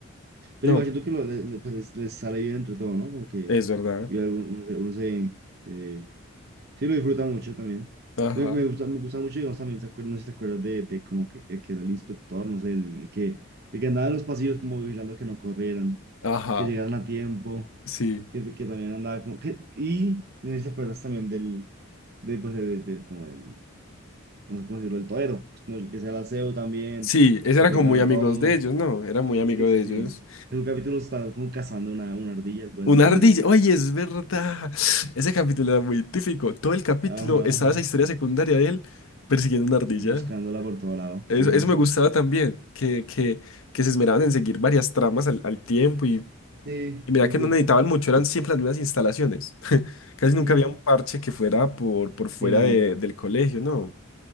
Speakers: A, on the right; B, on the left.
A: Pero
B: No,
A: igual siento que lo- le- le- pues, les, les sale bien entre todo, ¿no? Como que
B: es verdad.
A: igual uno, uno se, uno se, se- sí lo disfruta mucho también.
B: Ajá,
A: Me, me gusta, me gusta mucho, digamos, también, ¿te acuer- no sé si te acuerdas de, de como que, el que era el inspector, no sé, el, el que, el que andaba en los pasillos como vigilando que no corrieran,
B: ajá,
A: que llegaran a tiempo,
B: sí.
A: que, que también andaba como que... Y no sé si te acuerdas también del, de, pues, de- de- como del, no sé cómo decirlo, el torero, pues, como el que se el aseo también,
B: Sí, ese
A: que
B: era
A: arreglaba
B: como muy amigos
A: todo.
B: de ellos, ¿no? Era muy amigo
A: Sí,
B: de
A: sí, sí.
B: ellos
A: En un capítulo estaba como cazando una, una ardilla, algo así
B: Una
A: también.
B: ardilla. Oye, es verdad. Ese capítulo era muy típico. Todo el capítulo
A: Ajá,
B: estaba
A: ajá.
B: esa historia secundaria de él persiguiendo una ardilla.
A: Buscándola por todo lado.
B: Eso,
A: Ajá,
B: eso
A: ajá.
B: me gustaba también, que, que, que se esmeraban en seguir varias tramas al, al tiempo y,
A: Sí,
B: y mira
A: sí, es
B: que
A: cierto.
B: no necesitaban mucho, eran siempre las mismas instalaciones. <laughs> Casi nunca
A: Ujú.
B: había un parche que fuera por, por
A: Sí,
B: fuera
A: no.
B: de- del colegio, ¿no?